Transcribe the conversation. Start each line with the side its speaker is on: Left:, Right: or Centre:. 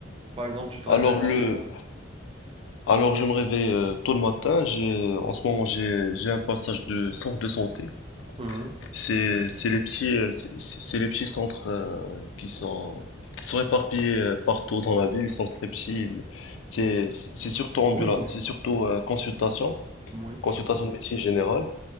Right: Par exemple, tu te
Left: Alors
Right: réveilles le matin.
Left: le, alors je me réveille euh, tôt le matin. J'ai, euh, en ce moment j'ai, j'ai un passage de centre de santé.
Right: Mhm.
Left: C'est, c'est les petits, euh, c'est c'est- c'est les petits centres euh, qui sont, qui sont éparpillés euh, partout dans la ville. Ils sont très petits. Ils- C'est, c'est surtout ambulance,
Right: Oui, oui.
Left: c'est surtout euh, consultation,
Right: Oui. Oui.
Left: consultation de médecine générale.